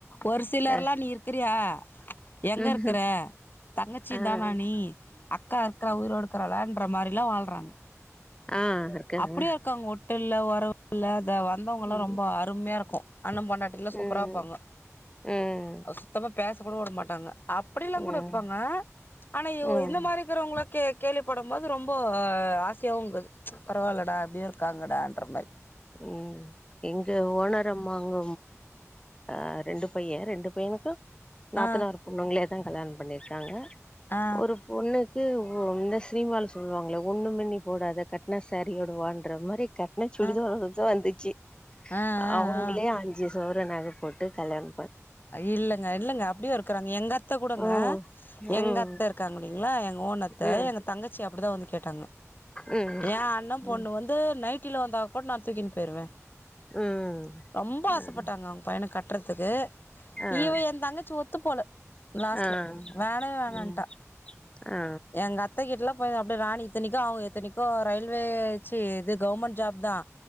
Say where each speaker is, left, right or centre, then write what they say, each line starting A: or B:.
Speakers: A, on the left; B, on the left.
A: ஒரு சிலர்லா
B: ஆ
A: நீ இருக்குறியா எங்க
B: ம்
A: இருக்குற தங்கச்சி
B: ஆ
A: தானா நீ அக் கா இருக்கறா உயிரோட இக்குறலான் ற மாரிலா வால்றாங்க
B: ஆ இருக்காங்க
A: அப்படியேருக்காங்க ஒட்டுல்ல ஒரவுல்ல அத வந்தவுங்கலா
B: ம்
A: ரொம்ப அருமயாருக் அண்ணம் பொண்டாட்டிலா சூப்பராருப்பாங்க
B: ம் ம்
A: சுத்தமா பேச கூட உட மாட்டாங்க அப்படிலாங்
B: ம்
A: கூட இர்ப்பாங்க ஆனா இவ்
B: ம்
A: இந்த மாரி கிறவுங்கள கேக் கேள்விப்படும்போது ரொம்போ ஆசையாவுங்குது பரவால்லடா அப்டியு இருக்காங்கடான்ற மாரி
B: ம் எங்க ஓனரம்மா அங்க அ ரெண்டு பைய ரெண்டு பையனுக்கோ நாத்தனார்
A: ஆ
B: பொண்ணுங்களே தா கல்யாணம் பண்ணிருக்காங்க
A: ஆ
B: ஒரு பொண்ணு கு ஒ இந்த சினிமால சொல்லுவாங்களே ஒண்ணுமே நீ போடாத கட்ன சேரியோடவான்ற மாரி கட் சுடிதரோடத்தா
A: ஆ
B: வந்திச்சி
A: ஆ
B: அவுங்களே
A: ஆ ஆ
B: அஞ்சு சவர நக போட்டு கல்யாண
A: இல்லங்க இல்லங்க அப்டியு இருக்குறாங்க எங்க அத்த கூடங்க
B: ம் ம்
A: எங்க அத்த இருக்காங்கல்ல எங் ஓனத்த
B: ம்
A: எங்க தங்கச்சி அப்படிதா வந்து கேட்டாங்க
B: ம்
A: ஏ அண்ண
B: ம்
A: பொண்ணு வந்து நைட்டில வந்தா கூட நா தூக்கினு போயிருவ
B: ம்
A: ரொம்ப ஆசப்பட்டாங்க
B: ம்
A: அவுங்க பையனக்கு கட்றத்துக்கு
B: ஆ
A: இவ எந் தங்கச்சி ஒத்து போல லாஸ்ட்ல
B: ஆ
A: வேணவே வேணான்ட்டா
B: ம் ஆ
A: எங்க அத்தகிட்லா போயி அப்டே ராணி இத்தினைக்கு அவுங்க இத்தினைக்கு ரயில்வே ச்சி இது கவுர்மண்ட் ஜாப் தா